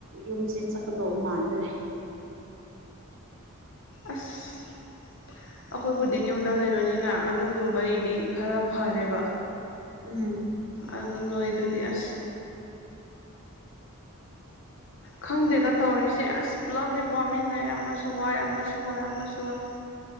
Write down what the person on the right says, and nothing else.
ꯌꯨꯝꯁꯦ ꯆꯠꯀꯗꯧꯕ ꯃꯥꯟꯗ꯭ꯔꯦ
ꯎꯝ